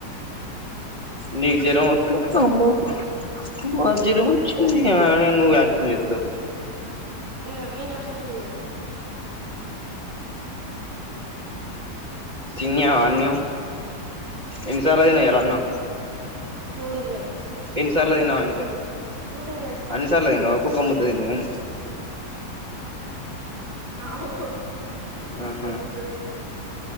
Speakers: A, on the right; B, on the right.
A: నీకు జ్వరం వస్తే అమ్మో అమ్మ జ్వరం వచ్చింది ఆ నువ్వు యాక్టింగ్ చేస్తావ్
B: నేను అన్ని యాక్షనే చెయ్య
A: తిన్నావా అన్నం ఎన్ని సార్లు
B: తిన్నా
A: తిన్నావ్ అన్నం
B: నూట ఇరవై
A: ఎన్నిసార్లు తిన్నావా అంటే
B: నూట ఇరవై సార్ల
A: అన్ని సార్లు తినవా ఒక్కొక్క ముద్ద తిన్నావ
B: ఆ హొ హొ ఒక్క
A: ఆహా
B: ముద్ద ఫుడ్డు తినను